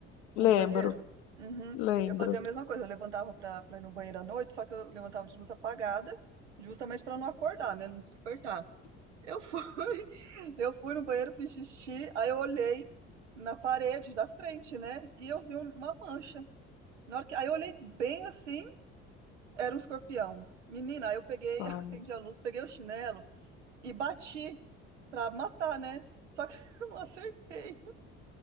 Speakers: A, on the right (about 85°); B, on the left (about 70°).
A: com
B: Lembro,
A: o banheiro? Uhum.
B: lembro.
A: Eu fazia a mesma coisa. Eu levantava pra, pra ir no banheiro à noite, só que eu levantava de luz apagada, justamente pra não acordar, né? Não despertar. Eu fui, <laughs> eu fui no banheiro, fiz xixi, aí eu olhei na parede da frente, né? E eu vi um- uma mancha. Na hora que, aí eu olhei bem assim, era um escorpião. Menina, aí eu peguei,
B: Ah,
A: <laughs> acendi a luz, peguei o chinelo e bati pra matar, né. Só que <laughs> eu não acertei.